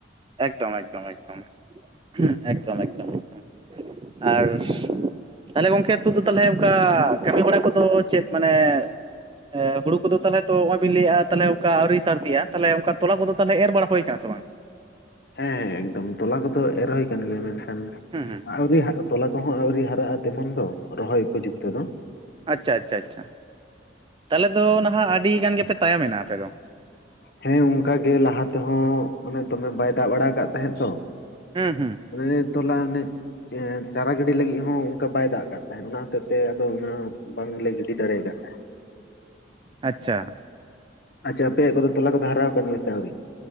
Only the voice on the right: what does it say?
ᱮᱠᱫᱚᱢ ᱮᱠᱫᱚᱢ ᱮᱠᱫᱚᱢ ᱾ <inaudible> ᱦᱩᱸ ᱮᱠᱫᱚᱢ ᱮᱠᱫᱚᱢ ᱮᱠᱫᱚᱢ ᱾ ᱟᱨ ᱛᱟᱦᱞᱮ ᱜᱚᱝᱠᱮ <unintelligible> ᱫᱚ ᱛᱟᱦᱚᱞᱮ ᱚᱱᱠᱟ ᱠᱟᱹᱢᱤ ᱵᱟᱲᱟ ᱠᱚᱫᱚ ᱪᱮᱫ ᱢᱟᱱᱮᱻ <inaudible> ᱮ ᱦᱩᱲᱩ ᱠᱚᱫᱚ ᱛᱟᱦᱚᱞᱮ ᱛᱚ ᱱᱚᱜ-ᱚᱭᱵᱤᱱ ᱞᱟᱹᱭᱮᱫ-ᱟ ᱛᱟᱞᱦᱮ ᱚᱱᱠᱟ ᱟᱣᱨᱤ ᱥᱟᱨᱫᱤᱜ-ᱟ, ᱛᱟᱞᱦᱮ ᱚᱱᱠᱟ ᱛᱚᱞᱟ ᱠᱚᱫᱚ ᱛᱟᱦᱞᱮ ᱮᱨ ᱵᱟᱲᱟ ᱦᱩᱭ ᱟᱠᱟᱱᱟ ᱥᱮ ᱵᱟᱝ?
ᱦᱩᱸ ᱦᱩᱸ ᱾
ᱟᱪᱪᱷᱟ ᱟᱪᱪᱷᱟ ᱟᱪᱪᱷᱟ ᱾ <inaudible> ᱛᱟᱦᱚᱞᱮ ᱫᱚ ᱱᱟᱦᱟᱜ ᱟᱹᱰᱤ ᱜᱟᱱ ᱜᱮᱯᱮ ᱛᱟᱭᱚᱢ ᱮᱱᱟ ᱟᱯᱮ ᱫᱚ ᱿
ᱦᱮᱸ ᱦᱮᱸ ᱾
<inaudible> ᱟᱪᱪᱷᱟ ᱾